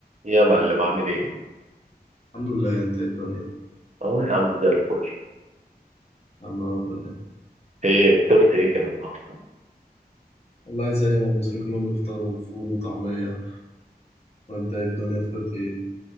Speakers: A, on the right (about 45°); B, on the left (about 40°).
A: يا معلم عامل ايه؟
B: الحمد لله انت ايه الدنيا
A: اهو يا عم زي الفل
B: يا عم يا رب العالمين
A: ايه فطرت ايه كده النهارده؟
B: والله زي ما المصريين كلهم يفطروا فول وطعمية وانت ايه الدنيا فطرت ايه